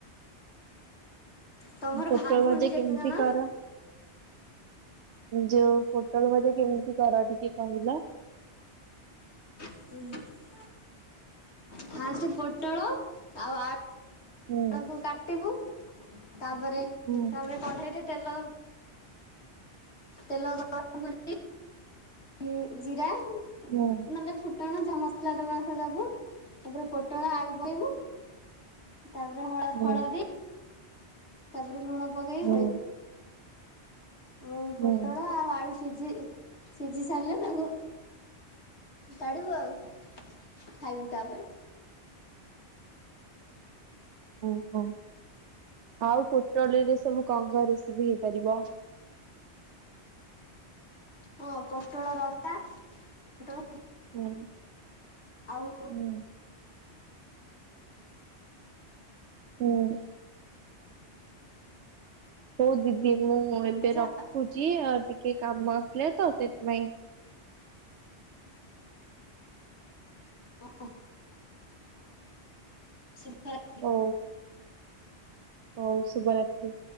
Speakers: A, on the left; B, on the right.
A: ତମର
B: ପୋଟଳ
A: ଭାଇ ଭଉଣୀ
B: ଭାଜ
A: କେତେ
B: କେମିତି
A: ଜଣ?
B: କର? ଯୋଉ ପୋଟଳ ଭଜା କେମିତି କର ଟିକେ କହିଲ?
A: ହୁଁ। ଫାର୍ଷ୍ଟ ପୋଟଳ ଆଉ ଆଳୁକୁ
B: ହୁଁ
A: କାଟିବୁ ତାପରେ
B: ହୁଁ
A: ତାପରେ କଢେଇରେ ତେଲ ତେଲ ଗରମ କରି ଉଁ ଜିରା
B: ହଁ।
A: ନହେଲେ ଫୁଟଣ ଯା ମସଲା ଦବାକଥା ଦବୁ ତାପରେ ପୋଟଳ ଆଳୁ ପକେଇବୁ ତାପରେ ହଳ
B: ହୁଁ
A: ହଳଦୀ ତାପରେ ଲୁଣ ପକେଇକି
B: ହୁଁ
A: ଖୋଳେଇବୁ
B: ହୁଁ
A: ଏ ପୋଟଳ
B: ହୁଁ
A: ଆଉ ଆଳୁ ସିଝି ସିଝି ସାରିଲେ ତାକୁ କାଢିବୁ ଆଉ। ଖାଇବୁ ତାପରେ।
B: ଓହୋ ଆଉ ପୋଟଳୀରେ ସବୁ କଣ କଣ ରେସିବିି ହେଇପାରିବ?
A: ହଁ ପୋଟଳ ରସା ପୋଟଳ
B: ହୁଁ
A: ଆଉ
B: ହୁଁ। ହୁଁ। ହଉ ଦିଦି ମୁଁ ଏବେ
A: ଭଜା
B: ରଖୁଚି ଆ ଟିକେ କାମ ଆସିଲାତ ସେଥିପାଇଁ।
A: ହଁ। <unintelligible>
B: ହଉ। ହଉ ଶୁଭରାତ୍ରି।